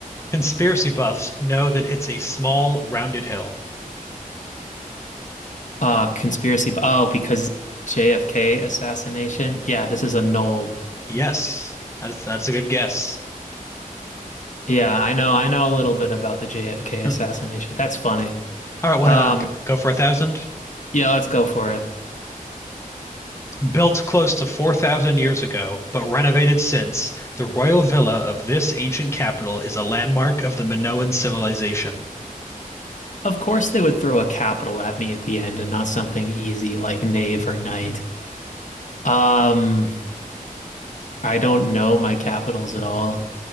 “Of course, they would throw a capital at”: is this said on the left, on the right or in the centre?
Left